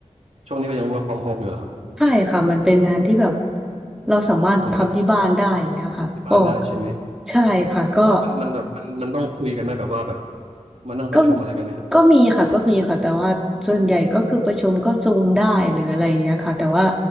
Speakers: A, on the right; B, in the centre.
A: ช่วงนี้ก็ยัง work from home อยู่เหรอครับ
B: ใช่ค่ะมันเป็นงานที่แบบเราสามารถทำที่บ้านได้อย่างเงี้ยค่ะก็
A: อ๋อไม่ต้องกลับที่บ้านได้ใช่ไหม
B: ใช่ค่ะก็
A: อ๋อแล้วมันมันแบบมันมันต้องคุยกันไหมแบบว่าแบบมานั่งประชุมอะไรกันไหมฮะ
B: ก็ก็มีค่ะ ก็มีค่ะ แต่ว่าส่วนใหญ่ก็คือประชุมก็ซูมได้หรืออะไรอย่างเงี้ยค่ะแต่ว่า